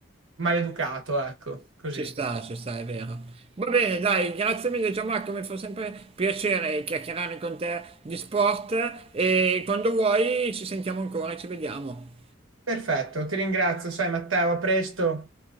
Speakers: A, on the right; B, on the right.
A: maleducato, ecco, così.
B: Ci sta, ci sta, è vero. Va bene, dai, grazie mille Gianmarco, mi fa sempre piacere chiacchierare con te di sport e quando vuoi ci sentiamo ancora, ci vediamo.
A: Perfetto, ti ringrazio, sai Matteo, a presto.